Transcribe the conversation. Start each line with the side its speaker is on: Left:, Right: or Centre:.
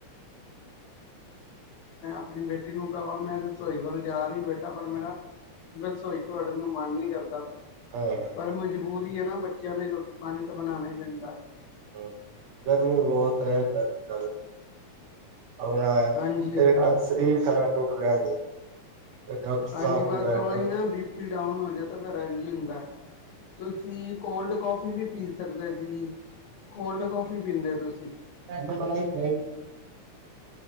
Left: ਆਪਣੀ ਬੇਟੀ ਨੂੰ ਕਵਾ ਮੈਂ ਰਸੋਈ ਵੱਲ ਜਾ ਰਹੀ ਬੇਟਾ ਪਰ ਮੇਰਾ ਰਸੋਈ ਚ ਬੜਨ ਨੁੰ ਮਨ ਨੀ ਕਰਦਾ ਪ
Right: ਹਾਂ
Left: ਪਰ ਮਜਬੂਰੀ ਹੈ ਨਾ ਬੱਚਿਆਂ ਲਈ ਰੋਟੀ ਪਾਣੀ ਤਾਂ ਬਣਾਣਾ ਹੀ ਪੈਂਦਾ ਹੈ।
Right: ਹਾਂ ਗਰਮੀ ਬਹੁਤ ਹੈ ਗਰ ਗਰ ਨਾਂ
Left: ਹਾਂਜੀ ਹਾਂ
Right: ਚ ਸਰੀਰ ਟੂਟ ਰਿਹਾ। ਡਾਕਟਰ
Left: ਹਾਂਜੀ
Right: ਸਾਹਿਬ
Left: ਬਸ
Right: ਕੋ ਗੈਠਡ
Left: ਉਹੀ ਨਾ ਬੀਪੀ ਡਾਊਨ ਹੋ ਜਾ ਤਾਂ ਫਿਰ ਰੇਡ ਹੁੰਦਾ ਤੁਸੀਂ ਕੋਲਡ ਕੌਫੀ ਵੀ ਪੀ ਸਕਦੇ ਸੀ ਕੋਲਡ ਕੌਫੀ ਪੀਂਦੇ ਹੋ ਤੁਸੀਂ
Right: ਉਹਨੇ ਬਣਾਈ ਜਾਏਗੀ।